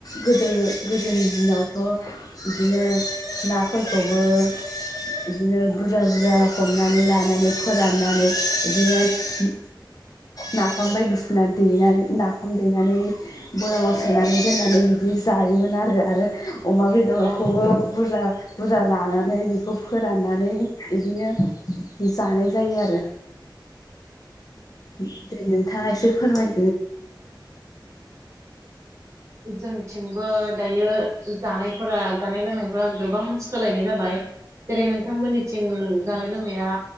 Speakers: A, on the left; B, on the right.
A: गोदो गोदोनि दिनावथ' बिदिनो नाफोरखौबो बिदिनो बुरजा बुरजा हमनानै लानानै फोराननानै बिदिनो नाफाम बायदिसिना देनानै नाफाम देनानै बयामाव सोनानै दोननानै बिदि जायोमोन आरो आरो अमा बेदरखौबो
B: औ
A: बुरजा बुरजा लानानै बेखौ फोराननानै बिदिनो जानै जायो आरो बि दिनो थां इसो फोरमाय
B: जोंनिथिंबो दायो जानायफोरा जानाय लोंनायफोरा गोबां सोलायनाय जाबाय जेरै नोंथांमोननिथिं जानाय लोंनाया